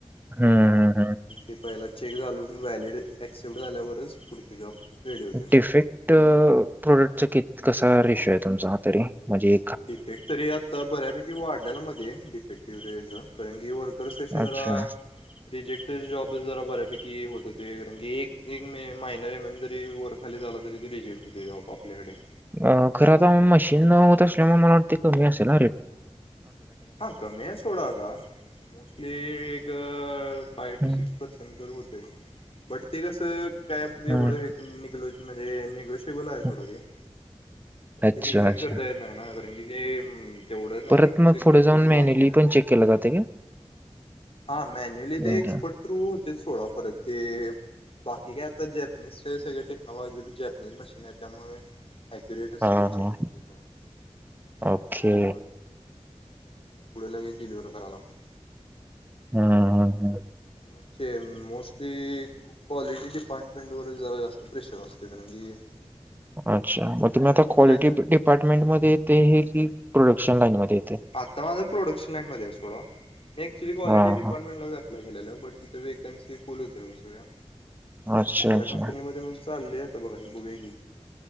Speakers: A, on the right; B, on the left.
A: हम्म हम्म हम्
B: ते पहिला चेक झालू की व्हॅलिड ॲक्सेप्ट झाल्यावरच पुढचे जॉब रेडी होते
A: डिफेक्ट अ प्रोडक्टचकीत कसा रेशो आहे तुमचा हा तरी? म्हणजे
B: डफेक्ट तरी आता बऱ्या पैकी वाढलेला मधे डिफेटेक्टिव रेज जा कळेनगीवर खर कशी
A: अच्छा.
B: जरा रिजेक् ते जॉबच जरा बऱ्यापैकी होत होते कारण की एक दिग मे महिनर नंतरही वरखाली झाला तरी ते रिजेक्ट होते जॉब आपल्याकडे
A: अ खरं आता मशीन होत असल्यामुळे मला ते कमी असेला
B: हा कमी सोडा आता मोस्टली अ <unintelligible> फाईव्ह
A: हं,
B: टू सिक्स पर्सन दर होतंय. बट ते कसं काय
A: हं,
B: एवढं हे निघत म्हणजे <unintelligible> <unintelligible> आहे
A: हं.
B: सोडा ते पण
A: अच्छा,
B: ते निग्लेक्ट
A: अच्छा.
B: करता येत नाही. अ <unintelligible> तेवढं ना
A: परत मग
B: ते किती
A: पुढे जाऊन
B: तरी
A: मॅन्युअली
B: लॉस होतंय,
A: पण चेक केलं जाते का?
B: हा मॅन्युअली
A: हं,
B: ते एक्सपर्ट थ्रू होत्यात सोडा परत ते बाकी काय आता <unintelligible> सगळे टेक्नॉलॉजी जॅपनीज मशीन आहेत त्यामुळे क्युरेटच सगळे
A: हां,
B: चेकिंग
A: हां.
B: होते सोडा कारण
A: ओके.
B: की <unintelligible> पुढेला हे डिलिव्हर करायला लागते.
A: हम्ं हम्ं हम्ं
B: म्हणजे मोस्टली क्वालिटी डिपार्टमेंट वर जरा <unintelligible> असते कारण की
A: अच्छा! मग तुम्ही आता
B: मी ऍक्च्युली
A: क्वालिटी डिपार्टमेंट मध्ये ते हे की प्रोडक्शन येते?
B: आता माझं प्रोडक्शन लाईन मध्ये आहे सोड मी क्च्युअली कॉलेटी
A: हां,
B: डिपार्टमेंट
A: हां.
B: ला गेलेलं बट तिथं वेकन्सी फुल होत्या सगळ्या
A: अच्छा,
B: दुसऱ्या
A: अच्छा.
B: कंपनीमध्ये चालल्या आता बघायचं बघूया की